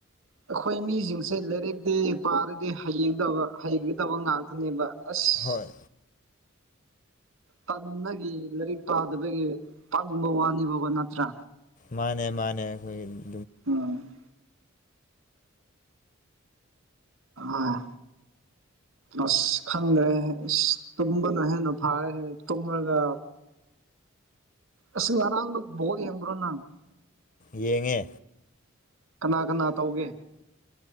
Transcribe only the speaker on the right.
ꯑꯩꯈꯣꯏ ꯃꯤꯁꯤꯡꯁꯦ ꯂꯥꯏꯔꯤꯛꯇꯤ ꯄꯥꯔꯗꯤ ꯍꯌꯦꯡꯗꯕ ꯍꯩꯒꯗꯕ ꯉꯥꯛꯇꯅꯦꯕ ꯑꯁ
ꯇꯟꯕꯒꯤ ꯂꯥꯏꯔꯤꯛ ꯄꯥꯗꯕꯒꯤ ꯄꯪꯕ ꯋꯥꯅꯤꯕꯀꯣ ꯅꯠꯇ꯭ꯔꯥ
ꯑꯝ ꯑꯥ ꯑꯁ ꯈꯪꯗ꯭ꯔꯦ ꯑꯁ ꯇꯨꯝꯕꯅ ꯍꯦꯟꯅ ꯐꯥꯔꯦ ꯇꯨꯝꯂꯒ ꯑꯁ ꯉꯥꯔꯥꯡꯗꯣ ꯕꯣꯜ ꯌꯦꯡꯕ꯭ꯔꯣ ꯅꯪ
ꯀꯅꯥ ꯀꯅꯥ ꯇꯧꯒꯦ